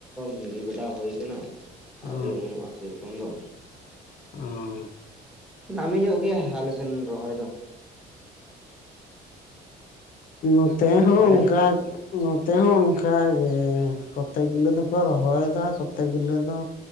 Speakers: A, in the centre; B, on the left.
A: ᱜᱤᱨᱤ ᱵᱮᱰᱟ ᱦᱩᱭ ᱠᱟᱱᱟ ᱟᱹᱣᱨᱤ
B: ᱚ
A: ᱚᱢᱚᱱᱚᱜ-ᱟ ᱥᱮᱨᱚᱠᱚᱢ ᱫᱚ
B: ᱚᱸᱻᱻ
A: ᱱᱟᱢᱤ ᱧᱚᱜ ᱜᱮᱭᱟ ᱦᱟᱞᱮᱥᱱ ᱨᱚᱦᱚᱭ ᱫᱚ
B: ᱱᱚᱛᱮ ᱦᱚᱸ
A: ᱛᱟᱦᱚᱞᱮ
B: ᱚᱱᱠᱟ ᱱᱚᱛᱮ ᱦᱚᱸ ᱚᱱᱠᱟᱜᱮ ᱠᱚᱛᱮᱠ ᱜᱩᱞᱟᱹ ᱫᱚᱠᱚ ᱨᱚᱦᱚᱭᱮᱫᱟ ᱠᱚᱛᱮᱠ ᱜᱩᱞᱟᱹ ᱫᱚ